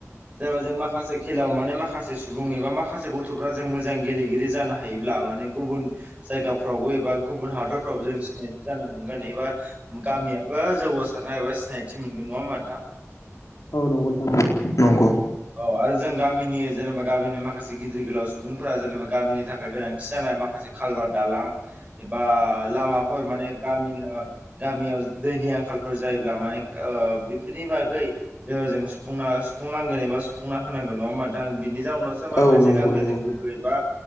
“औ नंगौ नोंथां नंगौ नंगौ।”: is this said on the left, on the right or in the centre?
Left